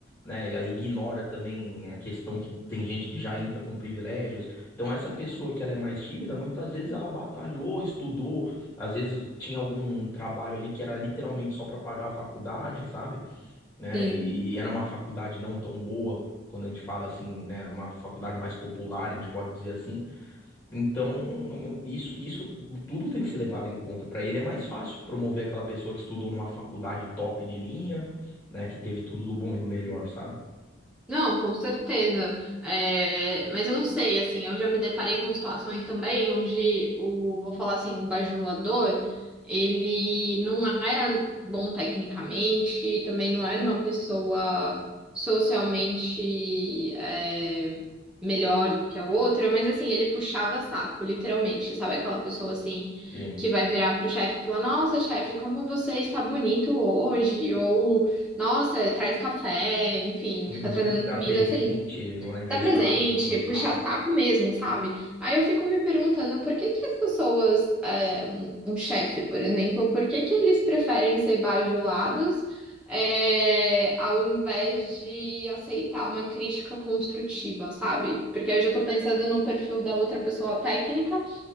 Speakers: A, on the left (about 20°); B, in the centre.
A: né? E aí ignora também a questão que tem gente que já entra com privilégios. Então essa pessoa que ela é mais tímida, muitas vezes ela batalhou, estudou, às vezes tinha algum trabalho ali que era literalmente só para pagar a faculdade, sabe? Né?
B: sim.
A: E, e era uma faculdade não tão boa. Quando a gente fala assim, né, uma faculdade mais popular, a gente pode dizer assim, então, isso, isso tudo tem que ser levado em conta. Para ele é mais fácil promover aquela pessoa que estudou numa faculdade top de linha, né, que teve tudo do bom e do melhor, sabe?
B: Não, com certeza. É, mas eu não sei, assim, eu já me deparei com situações também onde o, vou falar assim, o bajulador, ele não era bom tecnicamente, também não era uma pessoa socialmente, é, melhor do que a outra, mas assim, ele puxava saco, literalmente, sabe? Aquela pessoa assim.
A: Sim.
B: que vai virar pro chefe e falar, nossa, chefe, como você está bonito hoje, ou Nossa, traz café, enfim,
A: Uhum,
B: fica trazendo
A: dar
B: comida,
A: presente
B: assim,
A: no aniversário,
B: dá presente,
A: no Natal.
B: puxar saco mesmo, sabe? Aí eu fico me perguntando por que que as pessoas, é, um chefe, por exemplo, por que que eles preferem ser bajulados, é, ao invés de aceitar uma crítica construtiva, sabe? Porque aí eu já tô pensando no perfil da outra pessoa técnica